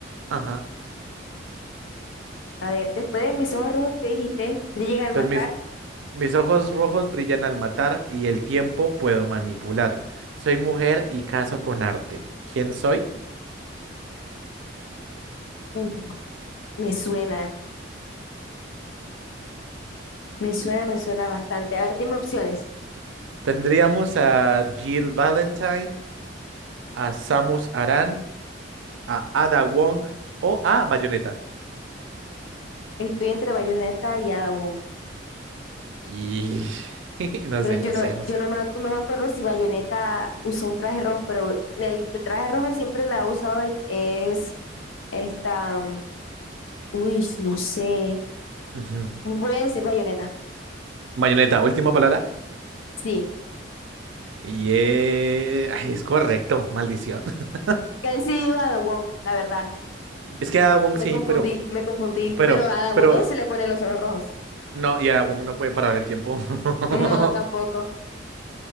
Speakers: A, on the right (about 75°); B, on the left (about 80°).
A: Ajá.
B: A ver, después de mis ojos rojos que dijiste, brillan al
A: Entonces
B: matar.
A: mis, mis ojos rojos brillan al matar y el tiempo puedo manipular. Soy mujer y caso con arte. ¿Quién soy?
B: Ujú. Me suena, me suena, me suena bastante. A ver, dime opciones.
A: Tendríamos a Jill Valentine, a Samus Aran, a Ada Wong o a Bayonetta.
B: Estoy entre Bayonetta y Ada Wong.
A: Y <laughs> no
B: Pero
A: sé,
B: yo
A: no
B: no,
A: sé, no sé.
B: yo no me, ac- no me acuerdo si Bayonetta usó un traje rojo, pero el, el traje rojo siempre la ha usado de- es esta, mm, uy, no sé.
A: Ujú.
B: Voy a decir Bayonetta.
A: Bayonetta, última palabra.
B: Sí.
A: Y eh, ay, es correcto, maldición. <laughs>
B: Casi sí digo Ada Wong, la verdad.
A: Es que a Wong
B: Me
A: sí,
B: confundí,
A: pero,
B: me confundí.
A: pero,
B: Pero a Ada
A: pero,
B: Wong no se le ponen los ojos rojos.
A: no, y a Wong no puede parar el tiempo. <laughs>
B: No, tampoco.